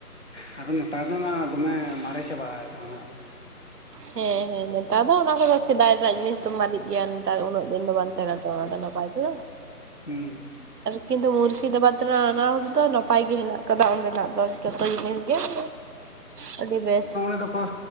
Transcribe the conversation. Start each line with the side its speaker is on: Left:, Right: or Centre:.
Left: ᱪᱷᱟ-ᱟᱫᱚ ᱱᱮᱛᱟᱨ ᱫᱚ ᱪᱷᱮ ᱱᱟᱜ ᱫᱚᱢᱮ ᱢᱟᱨᱮ ᱪᱟᱵᱟ ᱟᱠᱟᱱᱟ ᱱᱟᱜ ᱟᱫᱚ ᱾
Right: ᱦᱮᱸ ᱦᱮᱸ ᱱᱮᱛᱟᱨ ᱫᱚ ᱚᱱᱟ ᱠᱚᱫᱚ ᱥᱮᱫᱟᱭ ᱨᱮᱱᱟᱜ ᱡᱤᱱᱤᱥ ᱛᱚ ᱢᱟᱨᱤᱡ ᱜᱮᱭᱟ ᱱᱮᱛᱟᱨ ᱩᱱᱟᱹᱜ ᱫᱤᱱ ᱫᱚ ᱵᱟᱝ ᱛᱟᱦᱮᱱᱟ ᱛᱚ ᱚᱱᱟ ᱫᱚ ᱱᱟᱯᱟᱭ ᱛᱮᱫᱚ᱾
Left: ᱦᱩᱸ
Right: ᱟᱨ ᱠᱤᱱᱛᱩ ᱢᱩᱨᱥᱤᱫᱟᱵᱟᱫᱽ ᱨᱮᱱᱟᱜ ᱚᱱᱟ ᱫᱚ ᱱᱟᱯᱟᱭ ᱜᱮ ᱦᱮᱱᱟᱜ ᱟᱠᱟᱫᱟ ᱚᱸᱰᱮᱱᱟᱜ ᱫᱚ ᱡᱚᱛᱚ ᱡᱤᱱᱤᱥ ᱜᱮ᱾ ᱪᱷᱤ-ᱨ -ᱨ, ᱟᱹᱰᱤ ᱵᱮᱥ᱾
Left: ᱟᱫᱚᱠᱚ